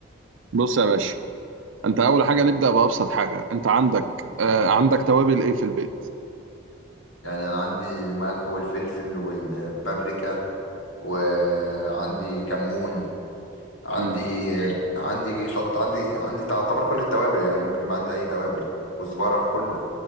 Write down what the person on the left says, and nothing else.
يعني انا عندي الملح والفلفل والبابريكا وعندي كمون عندي
عندي شط عندي عندي تعتبر كل التوابل يعني ممكن يبقى عندي اي توابل كزبره كله